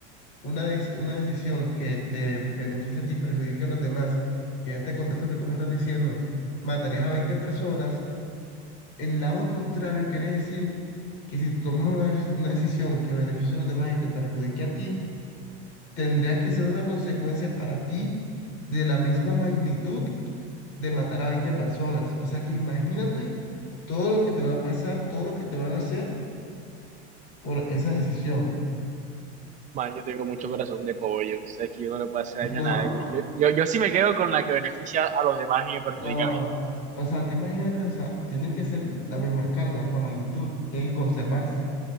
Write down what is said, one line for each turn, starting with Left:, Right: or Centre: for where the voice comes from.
Left: una, des- una decisión que te beneficia a ti y perjudica a los demás, y en este contexto que tú me estás diciendo, matarías a veinte personas El lado contrario quiere decir que si tomas una, dec- una decisión que beneficia a los demás y te perjudique a ti, tendría que ser una consecuencia para ti de la misma magnitud de matar a 20 personas. O sea que imagínate todo lo que te va a pasar, todo lo que te van a hacer por esa decisión.
Right: Man, yo tengo mucho corazón de pollo, tú sabes que yo no le puedo hacer
Left: No,
Right: daño a nadie. Yo, yo, yo sí me quedo con la que beneficia a los demás y me perjudica
Left: no.
Right: a mí.
Left: O sea, te imagínate, o sea, tiene que ser la misma escala, la misma magnitud, tiene que conservarse.